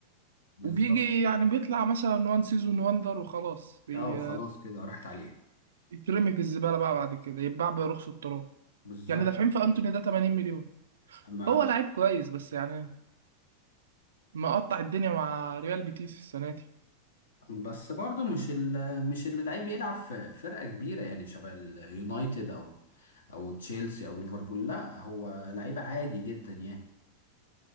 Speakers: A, on the left; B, on the right.
A: بالظبط
B: وبيجي يعني بيطلع مثلا وان سيزون واندر وخلاص بي-
A: اه خلاص كده راحت عليه
B: بيترمي في الزبالة بقى بعد كده يتباع برخص التراب
A: بالظبط
B: يعني دافعين في انتوني ده 80 مليون
A: ما
B: هو لعيب كويس بس يعني مقطع الدنيا مع ريال بيتيس السنه دي
A: بس برضه مش ال... مش اللي لعيب يلعب في فرقة كبيرة يعني شبه اليونايتد او او تشيلسي او ليفربول لا هو لعيب عادي جدا يعني